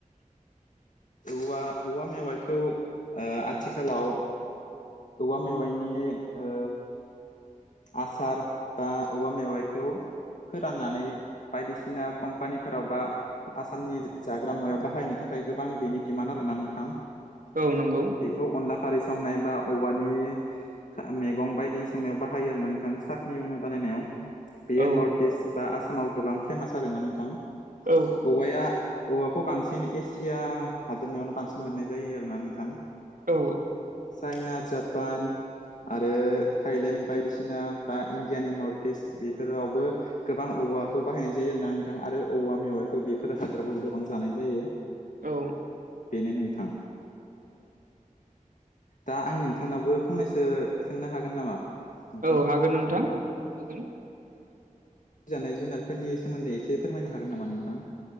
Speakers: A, on the left (about 65°); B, on the right (about 85°).
A: औवा औवा मेवाइखौ ओ आथिखालाव औवा मेवाइ नि ओ आसार बा औवा मेवाइखौ फोराननानै बायदिसिना कम्पानिफोराव बा आसामनि जाग्रा मुवायाव बाहायनो थाखाय गोब बां बेनि डिमान्ड आरोना नोंथां
B: औ नंगौ
A: बेखौ अनला खारै संनाय बा औवानि खा मेगं बायदि संनायाव बाहायो आरो ना नोंथां। साथ नि उनु बानायनायाव। बेयो
B: औ
A: नर्थ इस्ट बा आसामाव गोबां फेमास आरो ना नोंथां।
B: औ
A: औवाया औवाखौ बांसिन एसिया हादोरमायावनो बांसिन मोननाय जायो आरोना नोंथां।
B: औ
A: चाइना, जापान आरो थाइलेण्ड बायदिसिना बा इण्डियानि नर्थ इस्ट बेफोरावबो गोबां औ औवाखौ बाहायनाय जायो आरोना नोंथां आरो औवा मेवाइखो बेफोर हादोराबाबो गोबां जानाय जायो।
B: औ
A: बेनो नोंथां। दा आं नोंथांनावबो फंनैसो सोंनो हागोन नामा? नोंथां
B: औ हागोन नोंथां हागोन।
A: जानाय जुनारफोरनि सोमोन्दै एसे फोरमायनो हागोन नामा नोंथां?